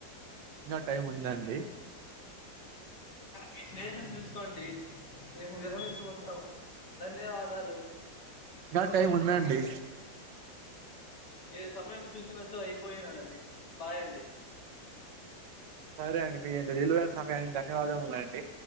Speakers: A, on the right (about 75°); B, on the left (about 60°).
A: ఇంకా టైం ఉందండి
B: మీ స్నేహితుడ్ని చూసుకోండి మేము విరమించుకుంటాం ధన్యవాదాలు
A: నా టైం ఉందండి
B: ఏ సమయం చూసినచో అయిపోయినాదండి బాయండి
A: సరే అండి మీరు విలువైన సమయానికి ధన్యవాదములు అండి